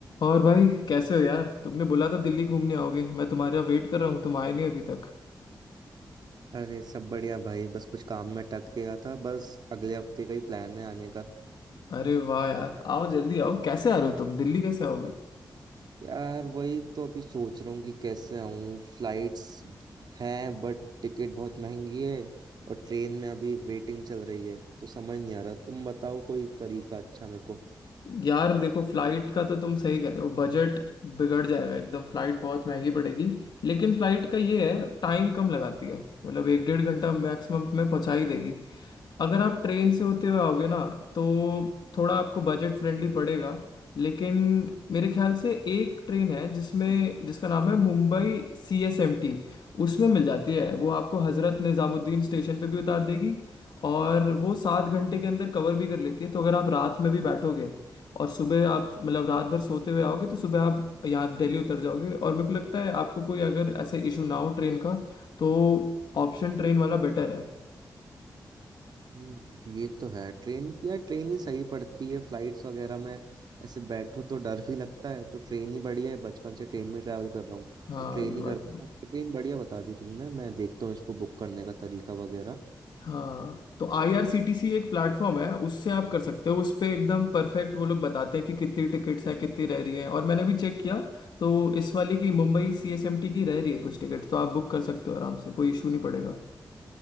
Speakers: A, on the left; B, on the right.
A: और भाई कैसे हो यार तुमने बोला था दिल्ली घूमने आओगे मैं तुम्हारा वेट कर रहा हूँ तुम आए नहीं अभी तक
B: अरे सब बढ़िया भाई बस कुछ काम में अटक गया था बस अगले हफ्ते का ही प्लान है आने का
A: अरे वाह यार आओ जल्दी आओ कैसे आ रहे हो तुम दिल्ली कैसे आओगे
B: यार वही तो अभी सोच रहा हूँ कि कैसे आऊँ फ्लाइट्स हैं बट टिकट बहुत महंगी है और ट्रेन में अभी वेटिंग चल रही है तो समझ नहीं आ रहा तुम बताओ कोई तरीका अच्छा मेरे को
A: यार देखो फ्लाइट का तो तुम सही कह रहे हो बजट बिगड़ जाएगा एकदम फ्लाइट बहुत महंगी पड़ेगी लेकिन फ्लाइट का ये है टाइम कम लगाती है मतलब एक डेढ़ घंटा मैक्सिमम में पहुंचा ही देगी अगर आप ट्रेन से होते हुए आओगे ना तो थोड़ा आपको बजट फ्रेंडली पड़ेगा लेकिन मेरे ख्याल से एक ट्रेन है जिसमें जिसका नाम है Mumbai C S M T उसमें मिल जाती है वो आपको हज़रत निज़ामुद्दीन स्टेशन पे भी उतार देगी और वो सात घंटे के अंदर कवर भी कर लेती है तो अगर आप रात में भी बैठोगे और सुबह आप मतलब रात भर सोते हुए आओगे तो सुबह आप यहाँ दिल्ली उतर जाओगे और मेरे को लगता है आपको कोई अगर ऐसे इशू ना हो ट्रेन का तो ऑप्शन ट्रेन वाला बेटर है
B: हम्म, ये तो है ट्रेन या ट्रेन ही सही पड़ती है फ्लाइट्स वगैरह में ऐसे बैठो तो डर भी लगता है तो ट्रेन ही बढ़िया है बचपन से ट्रेन में ट्रैवल कर रहा हूँ
A: हाँ
B: तो ट्रेन
A: ये बात
B: ही करता हूँ ट्रेन बढ़िया बता दी तुमने मैं देखता हूँ इसको बुक करने का तरीका वगैरह
A: हाँ तो आईआरसीटीसी एक प्लेटफॉर्म है उससे आप कर सकते हो उस पे एकदम परफेक्ट वो लोग बताते हैं कि कितनी टिकट्स हैं कितनी रह रही हैं और मैंने भी चेक किया तो इस वाले की मुंबई सीएसएमटी की रह रही है कुछ टिकट तो आप बुक कर सकते हो आराम से कोई इशू नहीं पड़ेगा